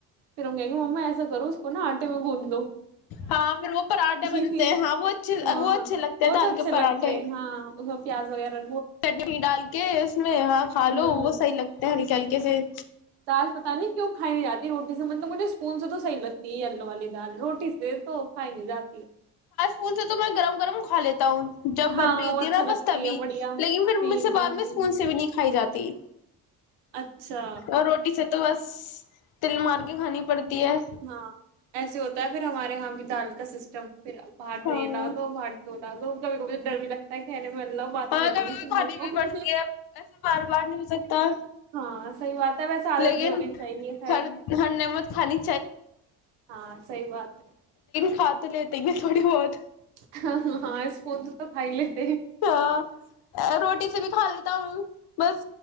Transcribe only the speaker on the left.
ہاں پھر وہ پراٹھا بنتے
ہیں ہاں وہ اچھے
وہ اچھے لگتے
ہیں دال
کے پراٹھے
چٹنی ڈال کے اس میں ہاں کھا
لو وہ صحیح لگتے ہیں ہ تل کے پھر
ہوتے تو میں گرم گفم کھا لیتے جاتا ہوں جب
بن رہی ہوتی
ہے نا
بس تبھی
لیکن پھر
مجھ سے
بعد میں
اسکون سے بھی نہیں کھائی جاتا تین
اور روٹی سبزی تو بس تل مار کے کھانی پڑتی ہے
ہاں
ہاں
کبھی کبھی
کھانی
بھی پڑتی ہے ایسا بار بار نہیں ہو سکتا
لیکن
ہر ہر نعمت خانی
کھاتے لیتے گے تھوڑی بہت
ہاں ا روٹی کسے بھی کھا لیتا ہوں بس